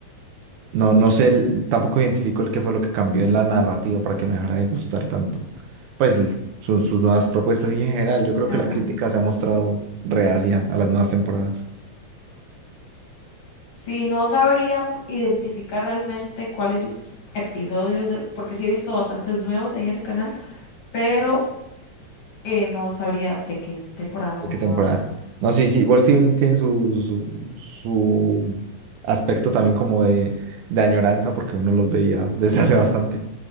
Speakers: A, on the right (about 80°); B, on the left (about 55°).
A: No, no sé, el- tampoco identifico el qué fue lo que cambió en la narrativa para que me dejara de gustar tanto. Pues l- sus, sus nuevas propuestas y en general, yo creo
B: Ajá.
A: que la crítica se ha mostrado reacia a las nuevas temporadas.
B: Sí, no sabría p- identificar realmente cuáles episodios del, porque sí he visto bastantes nuevos en ese canal, pero
A: Sí.
B: eh, no sabría de qué temporada son,
A: ¿De qué temporada?
B: la verdad.
A: No, sí, sí, igual tienen tiene su, su, su aspecto también como de, de añoranza porque uno los veía desde hace bastante.